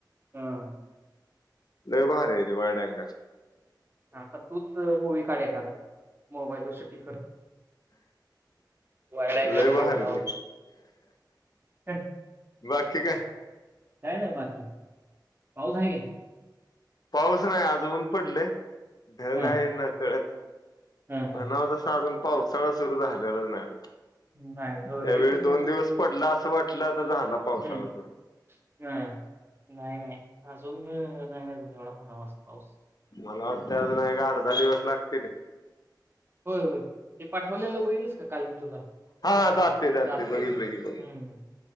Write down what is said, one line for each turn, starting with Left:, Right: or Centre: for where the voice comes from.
Right: हां.
Left: लत भारी हाय त्यो वाईट अँगल.
Right: आता तूच मूवी् काढ एखादा. मोबाईल वर सेटींग कर वाईड अँगल
Left: लय
Right: वगैरे
Left: भारी
Right: लावून
Left: ते.
Right: हं,
Left: बाकी काय?
Right: काय नाय बाकी. पाऊस हाय काय?
Left: पाऊस नाही आज ऊन पडलय. ढग
Right: हा
Left: हाय नकळत.
Right: हा हा
Left: म्हणाव तस अजून पावसाळा सुरु झाल्याला नाही.
Right: नाही नाही
Left: त्यावेळी
Right: हो एकच
Left: दोन दिवस पडला, असं वाटलं आता झाला पावसाळा
Right: हम्म,
Left: सुरू.
Right: हा नाही नाही अजून नाही अजून एवढा म्हणावा असा पाऊस.
Left: मला वाटतय अजून एक आठ दहा दिवस लागत्या ते.
Right: होय होय ते पाठवलेलं बघितलस का काल मी तुला?
Left: हा
Right: फोटो
Left: दाते
Right: ते
Left: दाते
Right: दातेच
Left: बघितल
Right: हम्म
Left: की बघ